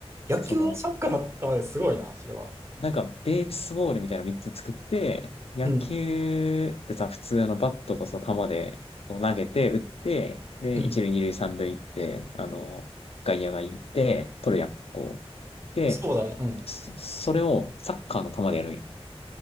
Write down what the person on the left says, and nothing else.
その、
なんか、ベースボールみたいなの3つ作って、野球ってさ、
普通あの、バットとその球で、こう投げて、打って、で、
一塁、二塁、三塁行って、あの、外野が行って、取るやん、こう。で、
そそれをサッカーの球でやるんよ